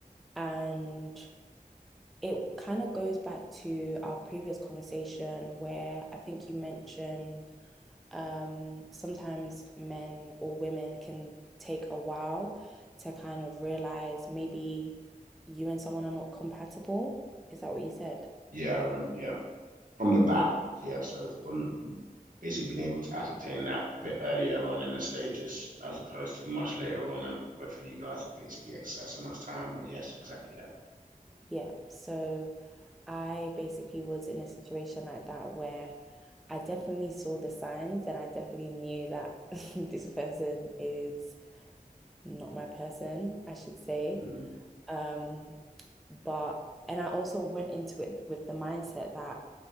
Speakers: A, in the centre; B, on the right.
A: And it kind of goes back to our previous conversation where I think you mentioned um, sometimes men or women can take a while to kind of realize maybe you and someone are not compatible. Is that what you said?
B: Yeah, um, yeah. From the back.
A: Yeah,
B: Yeah, so from basically being able to ascertain that a bit earlier on in the stages as opposed to much later on. And both of you guys have basically exercised so much time, but yes, exactly that.
A: yeah. So I basically was in a situation like that where I definitely saw the signs and I definitely knew that <laughs> this person is not my person, I should say.
B: Mhm.
A: Um, but and I also went into it with the mindset that,